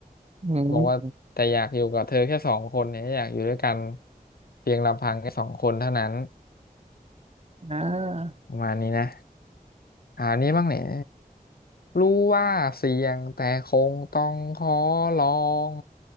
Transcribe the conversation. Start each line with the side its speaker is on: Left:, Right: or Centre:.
Right: อื
Left: บอกว่าแต่อยากอยู่กับเธอแค่สองคนเนี่ยอยากอยู่ด้วยกัน
Right: ม
Left: เพียงลำพังแค่สองคนเท่านั้น
Right: อ่า
Left: ประมาณนี้นะ อ่านี้บ้างเนี่ยรู้ว่าเสี่ยงแต่คงต้องขอลอง